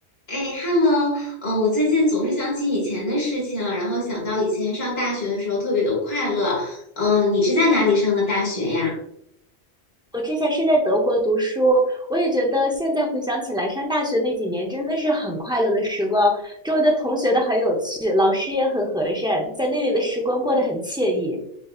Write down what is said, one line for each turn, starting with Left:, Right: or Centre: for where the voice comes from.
Left: 哎，Hello，嗯，我最近总是想起以前的事情，然后想到以前上大学的时候特别的快乐。嗯，你是在哪里上的大学呀？
Centre: 我之前是在德国读书，我也觉得现在回想起来，上大学那几年真的是很快乐的时光，周围的同学都很有趣，老师也很和善，在那里的时光过得很惬意。